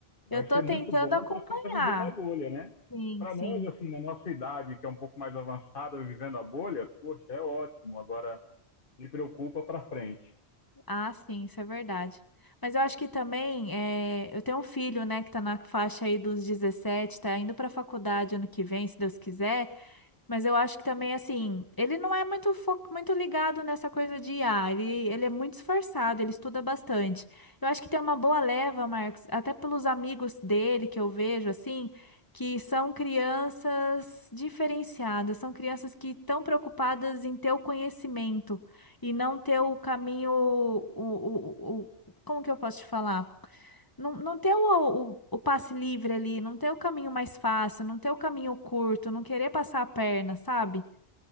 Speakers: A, on the left; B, on the left.
A: Vai
B: Eu tô
A: ser muito
B: tentando
A: bom
B: acompanhar.
A: para quem está vivendo a bolha, né?
B: Sim,
A: para
B: sim.
A: nós, assim, na nossa idade, que é um pouco mais avançada, vivendo a bolha, poxa, é ótimo. Agora, me preocupa para frente.
B: Ah, sim, isso é verdade. Mas eu acho que também, é, eu tenho um filho, né, que tá na faixa aí dos 17 tá indo pra faculdade ano que vem, se Deus quiser. Mas eu acho que também, assim, ele não é muito, fo- muito ligado nessa coisa de IA. Ele, ele é muito esforçado, ele estuda bastante. Eu acho que tem uma boa leva, Marcos, até pelos amigos dele que eu vejo, assim, que são crianças diferenciadas, são crianças que estão preocupadas em ter o conhecimento e não ter o caminho, o, o, o, o- como que eu posso te falar? Não, não ter o, o, o passe livre ali, não ter o caminho mais fácil, não ter o caminho curto, não querer passar a perna, sabe?